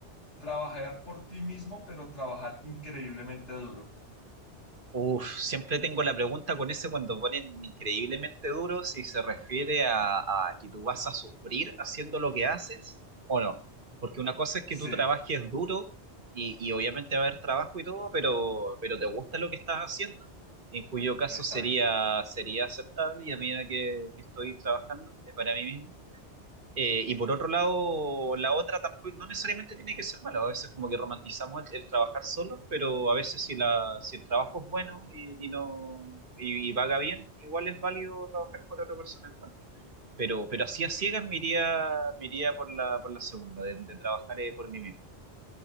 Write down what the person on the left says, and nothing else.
trabajar por ti mismo, pero trabajar increíblemente duro.
Sí,
exacto.